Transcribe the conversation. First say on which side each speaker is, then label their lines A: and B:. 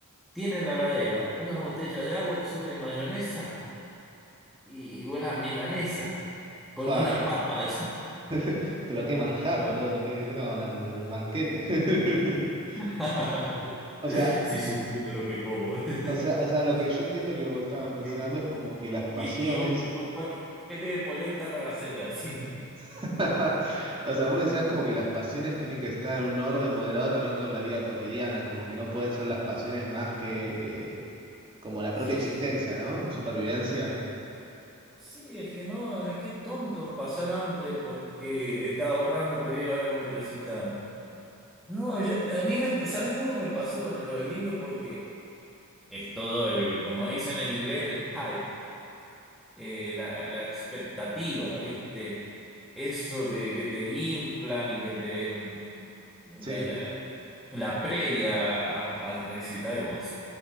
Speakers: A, in the centre; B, on the right.
A: tiene en la ladera una botella de agua, un sobre de mayonesa y una milanesa con
B: Fua,
A: una
B: qué-
A: papa.
B: <laughs> Pero qué manjar, boludo, ¿qué, qué estamos hablando? De un banquete. <laughs>
A: <laughs>
B: O sea,
A: Si supiera lo que como. <laughs>
B: o sea, o sea, lo que yo entiendo que vos estabas mencionando
A: Y un,
B: es como que las pasiones
A: y- y un- y un paquete de polenta a la cena, sí.
B: <laughs> O sea, vos mencionás como que las pasiones tienen que estar en un orden moderado también con la vida cotidiana, como que no pueden ser las pasiones más que eh, como la propia
A: Sí,
B: existencia, ¿no? O supervivencia.
A: Sí, es que no, es que es tonto pasar hambre porque está ahorrando por ir a ver un recital. No, yo- a mí me, ¿sabes cómo me pasó con lo del indio? Porque es todo el, como dicen en inglés, el hype, eh, la, la expectativa, ¿viste? Eso que, que te inflan y que te la,
B: Sí,
A: la- la previa a- al recital, como decía,